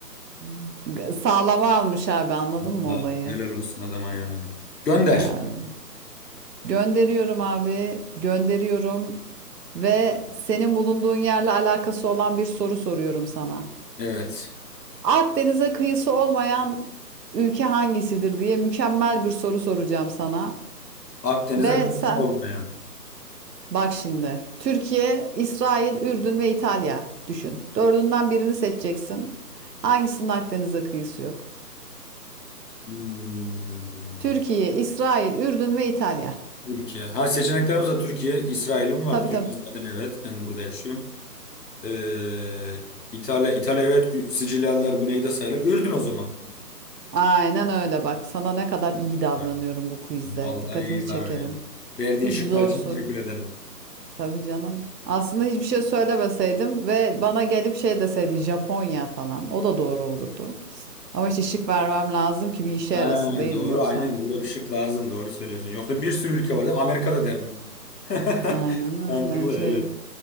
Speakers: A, on the right; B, on the left.
A: Hmm. Sağlama almış abi anladın
B: Vallahi
A: mı olayı?
B: helal olsun adama yani. Gönder.
A: Ya öyle. Gönderiyorum abi. Gönderiyorum ve senin bulunduğun yerle alakası olan bir soru soruyorum sana.
B: Evet.
A: Akdeniz'e kıyısı olmayan ülke hangisidir diye mükemmel bir soru soracağım sana.
B: Akdeniz'e
A: Ve
B: kırmızı
A: sen
B: olmayan.
A: bak şimdi Türkiye, İsrail, Ürdün ve İtalya düşün. Dördünden birini seçeceksin. Hangisinin Akdeniz'e kıyısı yok?
B: Hmm.
A: Türkiye, İsrail, Ürdün ve İtalya.
B: Türkiye. Ha seçeneklerimiz de Türkiye. İsrail'im var.
A: Tabii
B: Türkiye
A: tabii.
B: zaten evet. Ben burada yaşıyorum. Ee, İtalya, İtalya evet. Gü- Sicilyalılar güneyde sayılır. Ürdün o zaman.
A: Aynen öyle bak. Sana ne kadar iyi davranıyorum
B: Ha,
A: bu quizde.
B: Vallahi
A: Dikkatini
B: iyi lan
A: çekerim.
B: benim. Verdiğin
A: Hiç
B: şıklar
A: zor
B: için
A: soru.
B: teşekkür ederim.
A: Tabii canım. Aslında hiçbir şey söylemeseydim ve bana gelip şey deseydi Japonya falan. O da doğru olurdu. Ama işte şık vermem lazım ki bir işe
B: Ha,
A: yarasın değil
B: doğru
A: mi yoksa?
B: aynen burada bir şık lazım. Doğru söylüyorsun. Yoksa bir sürü ülke
A: Hmm,
B: var değil mi? Amerika'da derdim. <laughs>
A: Aynen öyle
B: Mantıklı
A: şey.
B: evet.